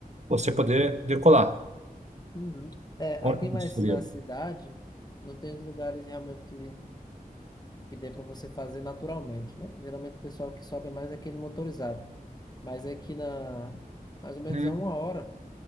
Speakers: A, on the right (about 50°); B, on the left (about 25°).
A: você poder decolar.
B: Uhum. É,
A: Olha
B: aqui
A: que
B: mais
A: seria.
B: na cidade, não tem os lugares realmente que que dê para você fazer naturalmente, né? Geralmente o pessoal que sobe é mais aquele motorizado. Mas aqui na mais ou menos
A: Hum,
B: a uma hora